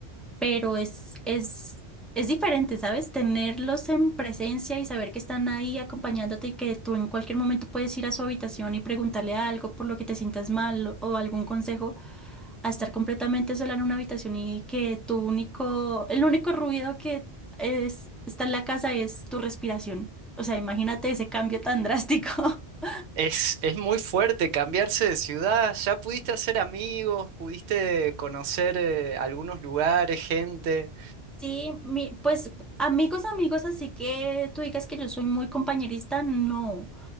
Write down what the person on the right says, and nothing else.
Es, es muy fuerte cambiarse de ciudad. Ya pudiste hacer amigos, pudiste conocer eh, algunos lugares, gente,